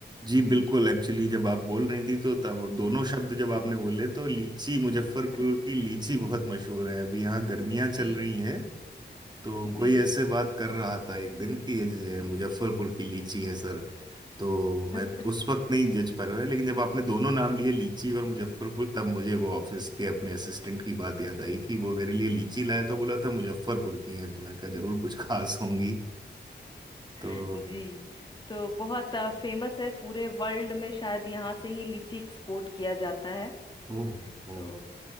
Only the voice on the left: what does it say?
<laughs>
जी
जी
<laughs>
जी तो बहुत फेमस है पूरे वर्ल्ड में शायद यहाँ से ही लीची एक्सपोर्ट किया जाता है
तो